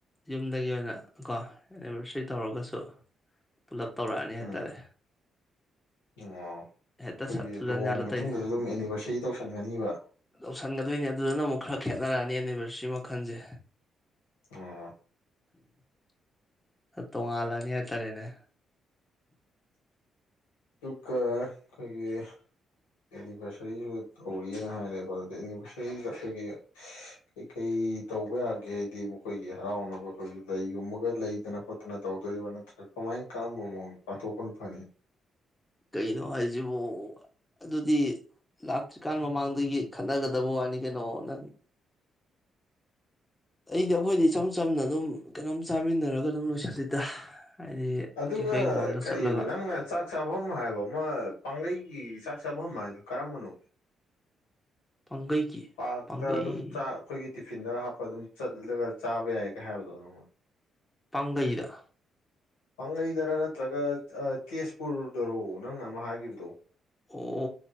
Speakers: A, on the left; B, on the left.
A: ꯌꯨꯝꯗꯒꯤ ꯑꯣꯏꯅ ꯀꯣ ꯑꯦꯅꯤꯚꯔꯁꯔꯤ ꯇꯧꯔꯒꯁꯨ ꯄꯨꯂꯞ ꯇꯧꯔꯛꯑꯅꯤ ꯍꯥꯏꯇꯥꯔꯦ
B: ꯎꯝ ꯑꯣ ꯑꯩꯈꯣꯏꯒꯤ
A: ꯍꯦꯛꯇ ꯁꯠ ꯊꯨꯖꯟ
B: ꯂꯨꯍꯣꯡꯉ
A: ꯌꯥꯜꯂꯛꯇꯣꯏꯅꯦ
B: ꯃꯇꯨꯡꯗꯁꯨ ꯑꯗꯨꯝ ꯑꯦꯅꯤꯕꯔꯁꯔꯤ ꯇꯧꯁꯟꯒꯅꯤꯕ
A: ꯇꯧꯁꯟꯒꯗꯣꯏꯅꯦ ꯑꯗꯨꯗꯨꯅ ꯑꯃꯨꯛ ꯈꯔ ꯈꯦꯠꯅꯔꯛꯑꯅꯤ ꯑꯦꯅꯤꯚꯔꯁꯔꯤ ꯃꯈꯜꯁꯦ
B: ꯑꯣ
A: ꯇꯣꯉꯥꯜꯂꯅꯤ ꯍꯥꯏꯇꯥꯔꯦꯅꯦ
B: ꯗꯨꯒ ꯑꯩꯈꯣꯏꯒꯤ ꯑꯦꯅꯤꯚꯔꯁꯔꯤꯁꯨ ꯇꯧꯔꯤꯌ‌ꯦ ꯍꯥꯏꯔꯒꯀꯣ ꯑꯦꯅꯤꯚꯔꯁꯔꯤꯁꯨ ꯑꯩꯈ‌ꯣꯏꯒꯤ ꯀꯩ ꯀꯩ ꯇꯧꯕ ꯌꯥꯒꯦ ꯍꯥꯏꯗꯤ ꯃꯈꯣꯏꯒꯤ ꯍꯔꯥꯎꯅꯕ ꯑꯩꯈꯣꯏꯒꯤ ꯂꯩꯒꯨꯝꯕ ꯂꯩꯗꯅ ꯈꯣꯠ ꯇꯅ ꯇꯧꯗꯣꯔꯤꯕ ꯅꯠꯇ꯭ꯔꯒ ꯀꯃꯥꯏ ꯀꯔꯝꯕ ꯃꯑꯣꯡ ꯄꯥꯡꯊꯣꯛꯄꯅ ꯐꯅꯤ
A: ꯀꯩꯅꯣ ꯍꯥꯏꯁꯤꯕꯨ ꯑꯗꯨꯗꯤ ꯂꯥꯛꯇ꯭ꯔꯤꯀꯥꯟ ꯃꯃꯥꯡꯗꯒꯤ ꯈꯟꯅꯒꯗꯕ ꯋꯥꯅꯤ ꯀꯩꯅꯣ ꯅꯪ ꯑꯩꯗꯤ ꯑꯩꯈꯣꯏꯗꯤ ꯏꯆꯝ ꯆꯝꯅ ꯑꯗꯨꯝ ꯀꯩꯅꯣꯝ ꯆꯥꯃꯤꯟꯅꯔꯒ ꯑꯗꯨꯝ ꯂꯣꯏꯁꯤꯂꯤꯗ ꯍꯥꯏꯗꯤ
B: ꯑꯗꯨꯒ
A: ꯀꯦꯐꯦꯒꯨꯝꯕ ꯑꯝꯗ
B: ꯀꯔꯤ
A: ꯆꯠꯂꯒ
B: ꯕ ꯅꯪꯅ ꯆꯥꯛ ꯆꯥꯛ ꯆꯥꯐꯝ ꯍꯥꯏꯕ ꯑꯃ ꯄꯥꯡꯒꯩꯒꯤ ꯆꯥꯛ ꯆꯥꯐꯝ ꯍꯥꯏꯗꯨ ꯀꯔꯝꯕꯅꯣ
A: ꯄꯥꯡꯒꯩꯒꯤ
B: ꯄꯥꯔꯛꯇ
A: ꯄꯥꯡꯒꯩ
B: ꯑꯗꯨꯝ ꯆꯥꯛ ꯑꯩꯈꯣꯏꯒꯤ ꯇꯤꯐꯤꯟꯗꯒ ꯍꯥꯞꯄ ꯑꯗꯨꯝ ꯆꯠꯂꯒ ꯆꯥꯕ ꯌꯥꯏꯒ ꯍꯥꯏꯕꯗꯣ ꯅꯣꯡꯃꯥ
A: ꯄꯥꯡꯒꯩꯗ
B: ꯄꯥꯡꯒꯩꯗꯔ ꯅꯠꯇ꯭ꯔꯒ ꯇꯦꯁꯄꯨꯔꯗꯔꯣ ꯅꯪꯅ ꯑꯃ ꯍꯥꯏꯈꯤꯕꯗꯣ
A: ꯍꯣ